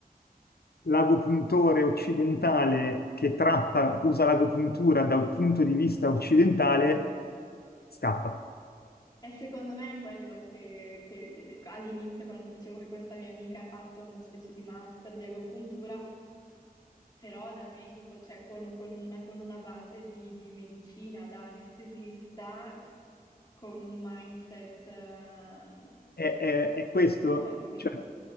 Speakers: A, on the left; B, on the left.
A: l'agopuntore occidentale che tratta, usa l'agopuntura dal punto di vista occidentale, scappa.
B: E secondo me è quello che, che all'inizio, quando ti dicevo che questa mia amica ha fatto una specie di master di agopuntura, però da medico, cioè con, con una, con una base di, di medicina, da anestesista, con un mindset, eh,
A: è, è- è questo,
B: cioè, capito?
A: cioè,